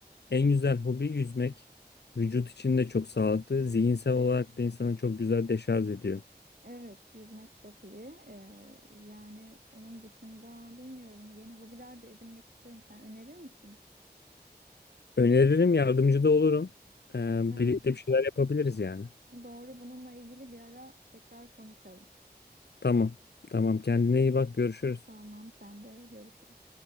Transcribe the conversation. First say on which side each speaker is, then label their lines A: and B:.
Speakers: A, on the left; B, on the right.
A: en güzel hobi yüzmek. Vücut için de çok sağlıklı. Zihinsel olarak da insanı çok güzel deşarj ediyor.
B: Evet, yüzmek çok iyi. Ee, yani onun dışında bilmiyorum yeni hobiler de edinmek istiyorum. Sen önerir misin?
A: Öneririm yardımcı da olurum. Ee, birlikte
B: Evet,
A: bir şeyler yapabiliriz yani.
B: doğru bununla ilgili bir ara tekrar konuşalım.
A: Tamam. Tamam. Kendine iyi bak. Görüşürüz.
B: Tamam, sen de görüşürüz.